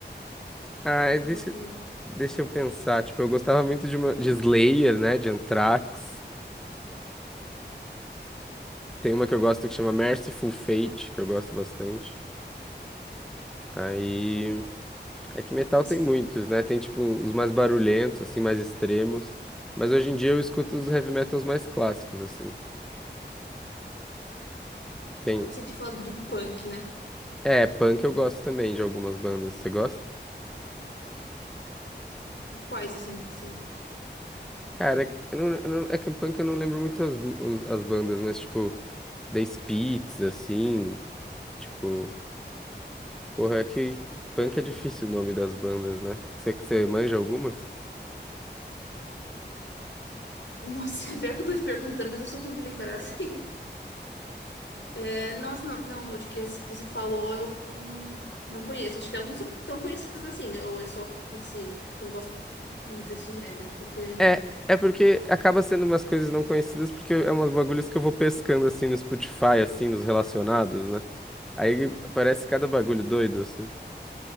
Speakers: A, in the centre; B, on the left.
A: Ah, é- deixa,
B: gosta muito?
A: deixa eu pensar. Tipo, eu gostava muito de, uma, de Slayer, né? De Anthrax. Tem uma que eu gosto que chama Merciful Fate, que eu gosto bastante. Aí. É que metal
B: Você,
A: tem muitos, né? Tem, tipo, os mais barulhentos, assim, mais extremos. Mas hoje em dia eu escuto os heavy metals mais clássicos, assim. Tem.
B: você tinha falado de punk, né?
A: É, punk eu gosto também de algumas bandas. Você gosta?
B: E Quais, assim, você.
A: Cara, é que eu não, eu não- é que punk eu não lembro muito as, os- as bandas, mas tipo, The Spits, assim, tipo, porra, é que punk é difícil o nome das bandas, né? Você você manja algumas?
B: Nossa, <laughs> pior que eu tô te perguntando, mas eu sou ruim de lembrar, <laughs> assim. É, nossa, não, não, eu acho que as que você falou eu não, não conheço. Acho que elas não são tão conhecidas assim, né? Ou é só esse, pra quem gosta muito desse gênero, porque.
A: É, é porque acaba sendo umas coisas não conhecidas, porque é umas bagulhos que eu vou pescando assim no Spotify, assim, nos relacionados, né? Aí parece cada bagulho doido, assim.